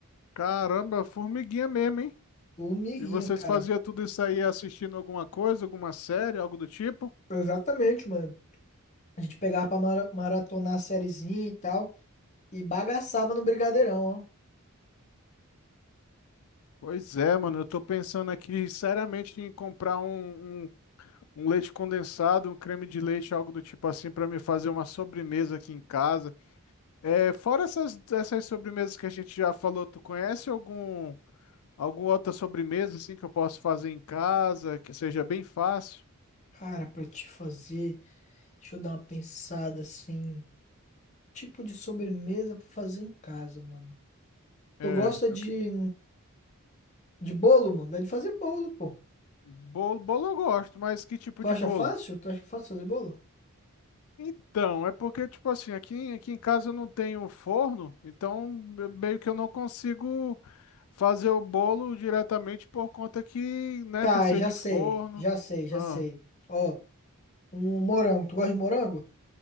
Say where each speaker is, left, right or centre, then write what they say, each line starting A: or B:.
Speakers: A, on the left; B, on the left.
A: caramba, formiguinha mesmo, hein?
B: Formiguinha,
A: E vocês
B: cara.
A: faziam tudo isso aí assistindo alguma coisa, alguma série, algo do tipo?
B: Exatamente, mano. A gente pegava pra mara- maratonar a sériezinha e tal. E bagaçava no brigadeirão, ó.
A: Pois é, mano, eu tô pensando aqui seriamente em comprar um, um um leite condensado, um creme de leite, algo do tipo assim, para me fazer uma sobremesa aqui em casa. É, fora essas, essas sobremesas que a gente já falou, tu conhece algum, alguma outra sobremesa assim que eu posso fazer em casa, que seja bem fácil?
B: Cara, pra te fazer, deixa eu dar uma pensada assim. Tipo de sobremesa pra fazer em casa, mano.
A: É,
B: Tu gosta
A: eu
B: de,
A: que-
B: de bolo, mano? Dá de fazer bolo, pô.
A: bolo, bolo eu gosto, mas que tipo
B: Tu
A: de
B: acha
A: bolo?
B: fácil? Tu acha fácil fazer bolo?
A: Então, é porque, tipo assim, aqui, aqui em casa eu não tenho forno, então eu- meio que eu não consigo fazer o bolo diretamente por conta que, né,
B: Tá,
A: precisa
B: já
A: de
B: sei,
A: forno.
B: já sei, já
A: Ah,
B: sei. Ó, um morango. Tu gosta de morango?